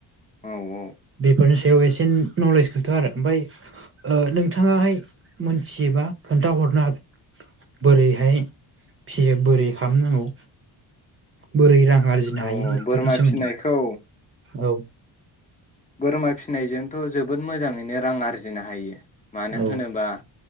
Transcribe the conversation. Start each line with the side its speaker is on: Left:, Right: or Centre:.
Left: औ औ।
Right: बेफोरनि सायाव एसे नलेजखौथ' आरो ओमफ्राय ओ नोंथाङाहाय मोनथियोबा खोन्थाहरनो हागोन बोरैहाय फियो बोरै खालामनांगौ बोरै रां आरजिनो
Left: अ
Right: हायो ओरैबादि
Left: बोरमा
Right: सोमोन्दै
Left: फिसिनायखौ
Right: औ।
Left: बोरमा फिनायजों ओ जोबोद मोजाङैनो रां आरजिनो हायो। मानो
Right: औ
Left: होनोबा